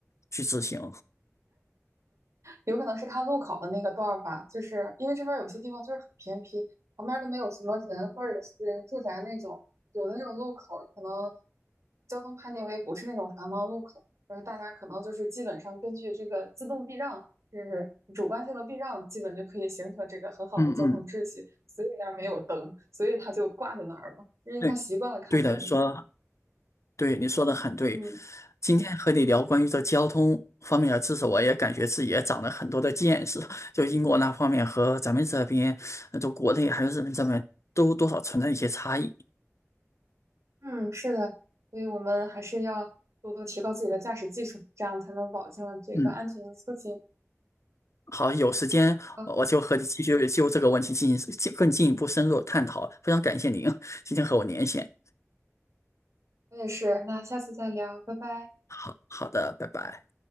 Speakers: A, on the left; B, on the right.
A: 去执行。
B: 有可能是他路口的那个段儿吧，就是因为这边有些地方就是很偏僻，旁边都没有什么人或者是住宅那种，有的那种路口可能交通判定为不是那种繁忙路口，然后大家可能就是基本上根据这个自动避让，就是主观性的避让，基本就可以形成这个很好的交通秩序，
A: 嗯嗯，
B: 所以那儿没有灯，所以他就挂在那儿了，因为他习惯了看灯嘛，
A: 对，对的，说对，你说的很对。
B: 嗯。
A: 今天和你聊关于这交通方面的知识，我也感觉自己也长了很多的见识。<laughs> 就英国那方面和咱们这边，呃就国内还有日本这边，都多少存在一些差异。
B: 嗯，是的，所以我们还是要多多提高自己的驾驶技术，这样才能保证这个安全的出行。
A: 嗯好，有时间呃我就和你继续就这个问题进行进更进一步深入的探讨。
B: 好，
A: 非常感谢您今天和我连线。
B: 我也是，那下次再聊，拜拜。
A: 好好的，拜拜。